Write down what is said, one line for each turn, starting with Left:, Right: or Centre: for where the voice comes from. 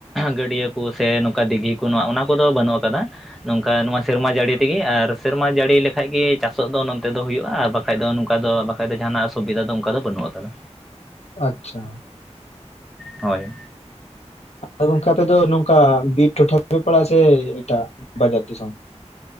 Centre: ᱜᱟᱹᱰᱭᱟᱹ ᱠᱚ ᱥᱮ ᱱᱚᱝᱠᱟ ᱫᱤᱜᱷᱤ ᱱᱚᱣᱟ ᱚᱱᱟ ᱠᱚᱫᱚ ᱵᱟᱹᱱᱩᱜ ᱟᱠᱟᱫᱟ ᱱᱚᱝᱠᱟ ᱱᱚᱣᱟ ᱥᱮᱨᱢᱟ ᱡᱟᱹᱲᱤ ᱛᱮᱜᱮ ᱟᱨ ᱥᱮᱨᱢᱟ ᱡᱟᱹᱲᱤ ᱞᱮᱠᱟᱱᱡ ᱜᱮ ᱪᱟᱥᱚᱜ ᱫᱚ ᱱᱚᱱᱛᱮ ᱫᱚ ᱦᱩᱭᱩᱜᱼᱟ ᱟᱨ ᱵᱟᱠᱟᱱ ᱵᱟᱠᱷᱟᱡ ᱫᱚ ᱱᱚᱝᱠᱟ ᱫᱚ ᱵᱟᱠᱷᱟᱡ ᱫᱚ ᱡᱟᱦᱟᱱᱟᱜ ᱥᱩᱵᱤᱫᱷᱟ ᱫᱚ ᱚᱱᱠᱟ ᱫᱚ ᱵᱟᱹᱱᱩᱜ ᱟᱠᱟᱫᱟ
Left: ᱟᱪᱪᱷᱟ
Centre: ᱦᱳᱭ
Left: ᱟ ᱜᱚᱝᱠᱮ ᱟᱯᱮ ᱫᱚ ᱱᱚᱝᱠᱟ ᱵᱤᱨ ᱴᱚᱴᱷᱟ ᱨᱮᱯᱮ ᱯᱟᱲᱟᱜ ᱥᱮ ᱮᱴᱟᱜ ᱵᱟᱡᱟᱨ ᱫᱤᱥᱚᱢ